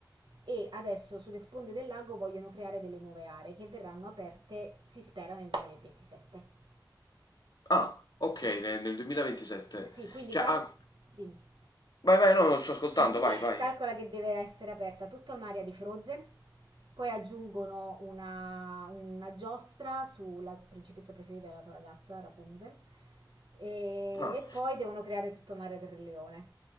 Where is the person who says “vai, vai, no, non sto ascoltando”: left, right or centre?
Left